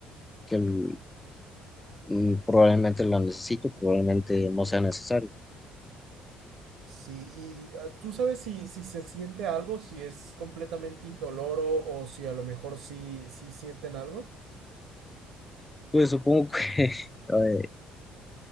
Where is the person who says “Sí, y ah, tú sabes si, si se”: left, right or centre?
Right